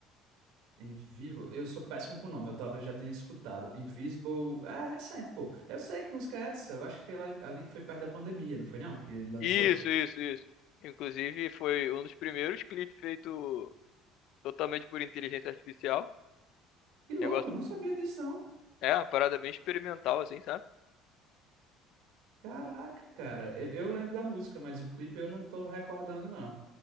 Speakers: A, on the right (about 80°); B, on the left (about 55°).
A: Invisible, eu sou péssimo com o nome, eu talvez já tenha escutado. Invisible, é recente, pô. Eu sei que música é essa, eu acho que ela, ali foi perto da pandemia, não foi não? Que ele lançou.
B: Isso, isso, isso. Inclusive, foi um dos primeiros clipes feito totalmente por inteligência artificial.
A: Que louco,
B: Negócio,
A: eu não sabia disso não.
B: é uma parada bem experimental, assim, sabe?
A: Caraca, cara, eu, eu lembro da música, mas o clipe eu não tô recordando não.